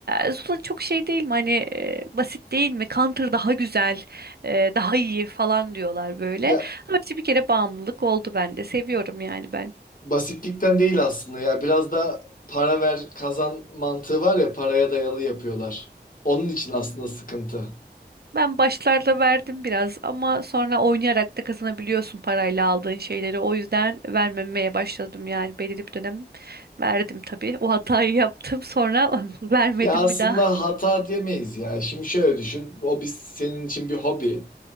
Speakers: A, on the right (about 65°); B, on the left (about 50°).
A: "E, Zula çok şey değil mi hani e, basit değil mi? Counter daha güzel, e, daha iyi falan diyorlar böyle.
B: Ya
A: Ama işte bir kere bağımlılık oldu bende. Seviyorum yani ben.
B: Basitlikten değil aslında ya biraz da para ver kazan mantığı var ya paraya dayalı yapıyorlar. Onun için aslında sıkıntı.
A: Ben başlarda verdim biraz ama sonra oynayarak da kazanabiliyorsun parayla aldığın şeyleri. O yüzden vermemeye başladım yani belirli bir dönem verdim tabii. O hatayı yaptım sonra <laughs> vermedim
B: Ya aslında
A: bir daha.
B: hata diyemeyiz ya. Şimdi şöyle düşün. O biz senin için bir hobi.